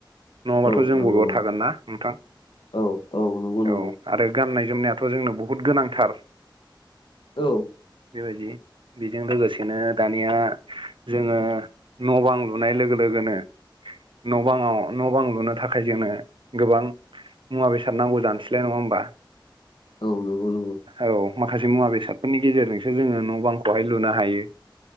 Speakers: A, on the right; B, on the left.
A: नङाबाथ'
B: औ
A: जों
B: नंगौ
A: बबेबा
B: नंगौ
A: थागोन ना नोंथां।
B: औ औ नंगौ नंगौ
A: औ आरो गाननाय जोमनायाथ' जोंनो बहुद गोनांथार।
B: औ।
A: बेबायदि बेजों लोगोसेनो दानिया जोङो। न' बां लुनाय लोगो लोगोनो। न' बाङाव न' बां लुनो थाखाय जोङो गोबां। मुवा बेसाद नांगौ जानोसैलाय नङा होनबा।
B: औ नंगौ नंगौ।
A: औ माखासे मुवा बेसादफोरनि गेजेरजोंसो जोङो न' बांखौहाय लुनो हायो।